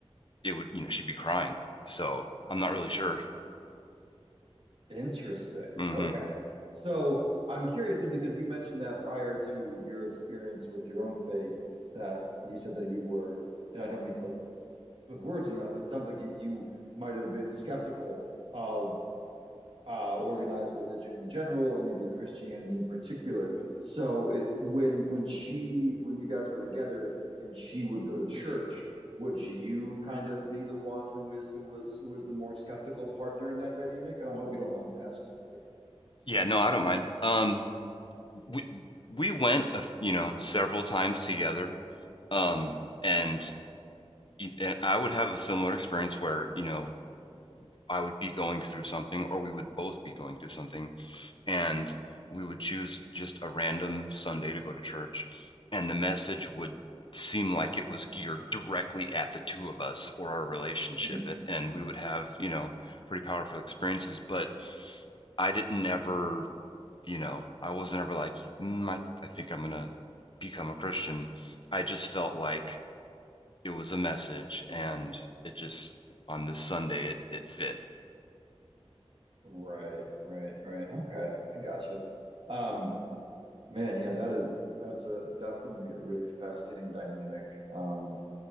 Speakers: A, on the left; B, on the right.
A: it would, you know, she'd be crying. So I'm not really sure.
B: interesting
A: hmm
B: okay so i'm curious then because you mentioned that prior to your experience with your own faith that you said that you were and I don't mean to like put words in your mouth, but it sounds like you you might have been skeptical of uh, organized religion in general, or maybe Christianity in particular. So it, when when she when you guys were together and she would go to church, would you kind of be the one who is who was who was the more skeptical partner in that dynamic? And I hope you don't mind my asking. it, Bert.
A: Yeah, no, I don't mind. Um, we we went, a f- you know, several times together. Um, and and I would have a similar experience where, you know, I would be going through something, or we would both be going through something, and we would choose just a random Sunday to go to church, and the message would seem like it was geared directly at the two of us or our relationship,
B: Hmm.
A: and we would have, you know, pretty powerful experiences. But I didn't ever, you know, I wasn't ever like, mm, I, I think I'm gonna become a Christian. I just felt like it was a message and it just on this Sunday it, it fit.
B: Right, right, right. Okay, I gotcha. Um, man, yeah, that is that's a definitely a really fascinating dynamic. Um,